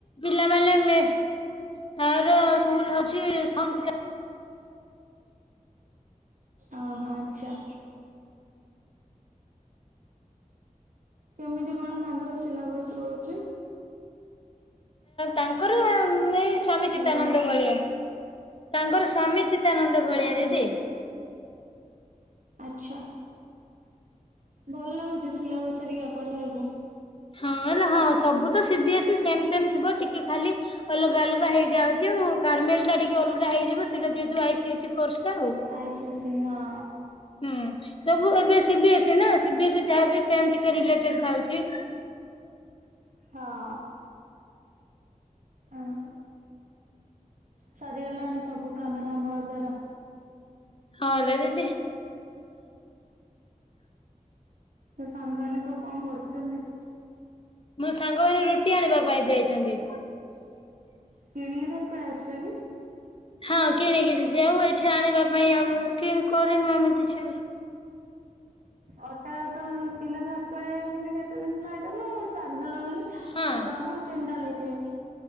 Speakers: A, on the left; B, on the right.
A: ପିଲାମାନେ ମେ ମାନେ ତାର ସ୍କୁଲ ହଉଛି। ହଁ
B: ଓ ହୋ ଆଚ୍ଛା। କେମିତି କଣ ତାଙ୍କର ସିଲାବସ ରହୁଛି?
A: ତାଙ୍କର ଏଇ ସ୍ଵାମୀ
B: ହ୍ୟାଲୋ
A: ଚିତାନନ୍ଦ ଭଳିଆ ତାଙ୍କର ସ୍ଵାମୀ ଚିତ୍ ଚିତାନନ୍ଦ ଭଳିଆ
B: ଆଚ୍ଛା
A: ଦିଦି।
B: ଆଚ୍ଛା। ଭଲ ଲାଗୁଛି ସିଲାବସ ହେରିକା ପଢେଇିବାକୁ।
A: ହଁ ହେଲା ହଁ ସବୁ ତ CB S C same same ଥିବ ଟିକେ ଖାଲି ଅଲଗା ଅଲଗା ହେଇଯାଉଛି ଆଉ କାରମେଲ ଟା ଟିକେ ଅଲଗା ହେଇଯିବ ସେଇଟା ଯେହେତୁ ଆଇ ସି ଏସି କୋର୍ସଟା ଆଉ
B: ଆଇସିଏସିି ହଁ।
A: ହୁଁ ସବୁ ଏବେ ସିବି ଏସ୍ ସି ନା ସିିବି ଏସ୍ ଯାହାବି ସେ ଟିକେ ରିଲେଟେଡ ଖାଉଛି।
B: ହଁ। ହଁ। ସରିଗଲାଣି ସବୁ କାମ ଧାମ ଏବର।
A: ହଁ ଲୋ ଦିଦି।
B: ତ ସାଙ୍ଗମାନେ ସବୁ କଣ କରୁଛନ୍ତି?
A: ମୋ ସାଙ୍ଗ ମାନ ରୁଟି ଆଣିବା ପାଇଁ ଯାଇଛନ୍ତି।
B: କିଣିକି ଧରି ପଳେଇ ଆସିଛ କି?
A: ହଁ କିଣିକି ଦିଦି ଏଇଠି ଆଣିବା ପାଇଁ ଆଉ କି କରିନୁ ଆମେ କିଛି ବି।
B: ଅଟା ତ କିଲୋ ଧର ପଳେଇବ କେତେ ଦିନ ଖାଇଦବ ଆଉ ଚାରିଜଣ ବୋଲି
A: ହଁ
B: ଜଣଙ୍କୁ ତିନିଟା ଲେଖେ।